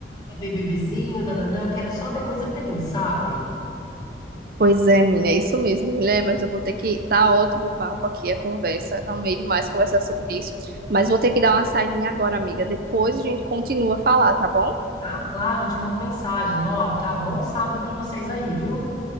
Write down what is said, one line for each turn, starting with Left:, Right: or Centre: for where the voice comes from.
Left: quero ver bebezinho, nananã. Quero só ver coisa feliz, sabe?
Right: Pois é, menina, é isso mesmo, mulher, mas eu vou ter que. Tá ótimo o papo aqui, a conversa. Amei demais conversar sobre isso. Mas vou ter que dar uma saidinha agora, amiga. Depois a gente continua a falar, tá bom?
Left: Ah, claro, te mando mensagem. Ó, tchau, bom sábado pra vocês aí, viu?